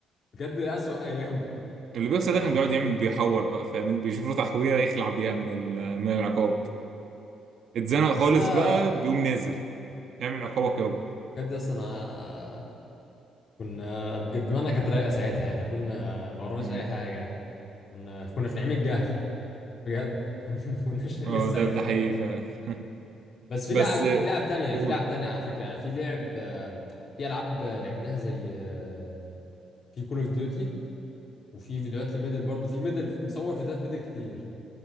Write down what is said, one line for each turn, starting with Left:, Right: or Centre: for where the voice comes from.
Left: بجد اسوأ ايامه
Right: اللي بيحصل
Left: يعني
Right: ده كان بيقعد يعمل بيحور بقى فاهم بيشوف له تحويره يخلع بيها من ال- من العقاب اتزنق خالص
Left: بس انا
Right: بقى بيقوم نازل يعمل عقابك يابا
Left: بجد اصلا أنا- كنا بجد دماغنا كانت رايقه ساعتها يعني كنا ما ورناش
Right: مم.
Left: اي حاجه كنا كنا في نعيم الجهل بجد <laughs> ما كناش لسه
Right: اه ده
Left: عرفنا
Right: ده حقيقي
Left: اي
Right: فعلا <laughs>
Left: بس في
Right: بس
Left: لعب
Right: آه،
Left: لعب تانية
Right: قول
Left: في لعب تانية على فكرة يعني في لعب آه، في ألعاب آه، لعبناها زي آه، في كول اوف ديوتي وفي فيديوهات لميدل برضو في ميدل مصور فيديوهات ميدل كتير